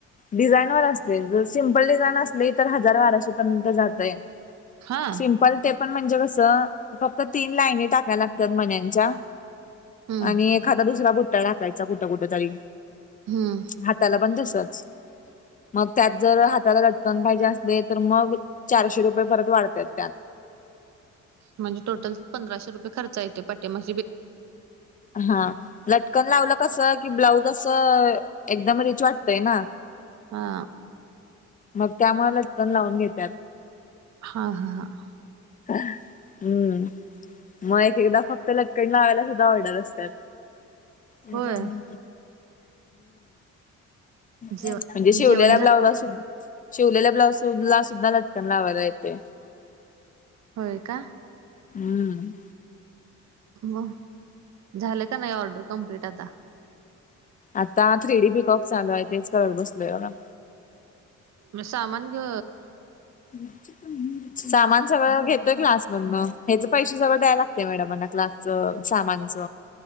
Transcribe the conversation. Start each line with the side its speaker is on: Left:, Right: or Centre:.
Left: डिझाईन वर असते जर सिम्पल डिझाईन असली तर हजार बाराशे पर्यंत जातय
Right: हा.
Left: सिंम्पल ते पण म्हणजे कसं फक्त तीन लाईने टाकाय लागतात मन्यानच्या
Right: हम्म
Left: आणि एखादा दुसरा बुट्टा टाकायचा कुठं कुठं तरी
Right: हम्म
Left: हाताला पण तसंच. मग त्यात जर हाताला चटकन पाहिजे असले तर मग चारशे रुपये परत वाढतात त्यात
Right: म्हणजे टोटल पंधराशे रुपये खर्च येते पाटिमागची
Left: हां लटकन लावलं कसं की ब्लाऊज असं, एकदम रिच वाटतंय ना.
Right: हा.
Left: मग त्यामुळे लटकन लावून घेतात
Right: हा हा हां
Left: ह हम्म मग एक एकदा फक्त लटकन लावायला सुद्धा ऑर्डर असतात हम्
Right: होय जेव
Left: म्हणजे शिवलेला
Right: जेवण झालं
Left: ब्लाउज असल शिवलेल्या ब्लाऊज ला सुद्धा लटकन लावायला येते
Right: होय का
Left: हम्म
Right: हो झाले का नाही ऑर्डर कम्प्लीट आता
Left: आता थ्री डी पीकॉक चालू आहे तेच कळत बसलोय बघ
Right: मग सामान ग
Left: <unintelligible> सामान सगळ घेतोय क्लास मधन हेच पैसे जवळ द्याय लागते मॅडमांना क्लास च सामानच.